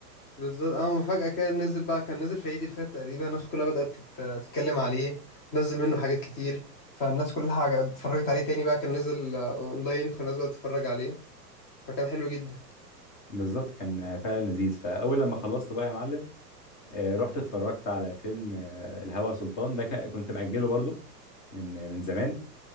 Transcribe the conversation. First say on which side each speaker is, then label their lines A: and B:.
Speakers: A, on the left (about 20°); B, on the left (about 40°).
A: بالظبط اه ما فجاه كده نزل بقى كان نزل في عيد اللي فات تقريبا الناس كلها بدات تت- تتكلم عليه وتنزل منه حاجات كتير فالناس كلها حاجة- اتفرجت عليه تاني بقى كان نزل آه، اونلاين فالناس بدات تتفرج عليه فكان حلو جدا
B: بالظبط كان فعلا لذيذ فأول لما خلصته بقى يا معلم آه، رحت اتفرجت على فيلم آه، الهوى سلطان ده ك- كنت مأجله برضه من من زمان